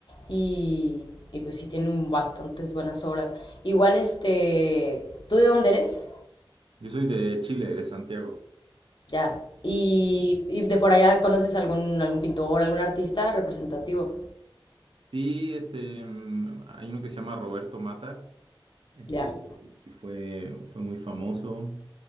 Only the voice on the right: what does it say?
Yo soy de Chile, de Santiago.
Sí, este, mm, hay uno que se llama Roberto Mata, este,
que fue, fue muy famoso.